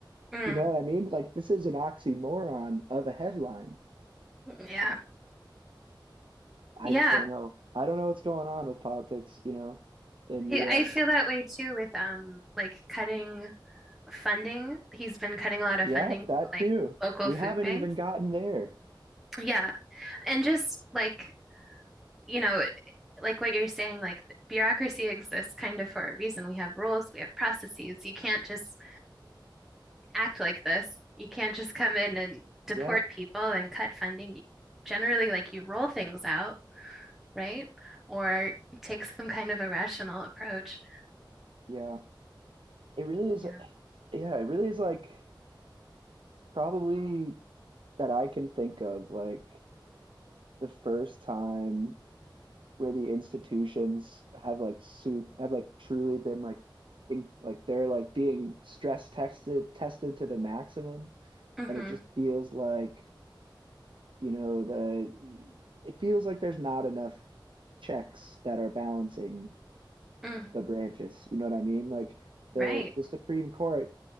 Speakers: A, in the centre; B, on the right (about 85°).
A: Mm.
B: You know what I mean? Like this is an oxymoron of a headline.
A: Yeah.
B: I
A: Yeah,
B: just don't know. I don't know what's going on with politics, you know, in the
A: I,
B: US.
A: I feel that way too with um like cutting funding. He's been cutting a lot of
B: Yeah,
A: funding
B: that
A: to like
B: too.
A: local
B: We
A: food
B: haven't
A: banks.
B: even gotten there.
A: Yeah. And just like, you know, like what you're saying, like bureaucracy exists kind of for a reason. We have rules, we have processes. You can't just act like this. You can't just come in and deport
B: Yeah,
A: people and cut funding. Generally, like you roll things out, right? Or take some kind of a rational approach.
B: yeah. It really is
A: Yeah.
B: yeah, it really is like probably that I can think of like the first time where the institutions have like soup have like truly been like in, like they're like being stress tested tested to the maximum.
A: Mm-hmm.
B: and it just feels like you know the it feels like there's not enough checks that are balancing
A: Mm,
B: the branches. You know what I mean? Like the
A: right.
B: the Supreme Court